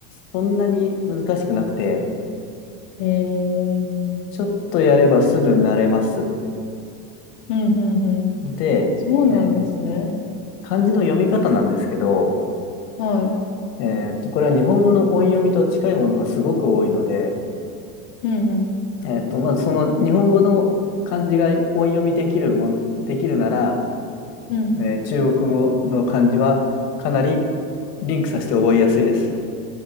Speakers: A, on the left; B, on the left.
A: そんなに難しくなくて、
B: い。えー。
A: ちょっとやればすぐ慣れます。
B: うんうんうん。
A: で、
B: そうなんですね。
A: え、漢字の読み方なんですけど、
B: はい。
A: えっと、これは日本語の音読みと近いものがすごく多いので、
B: うんうん。
A: えっと、まずその日本語の漢字が音読みできるも、できるなら、
B: うん。
A: えー中国語の漢字はかなりリンクさせて覚えやすいです。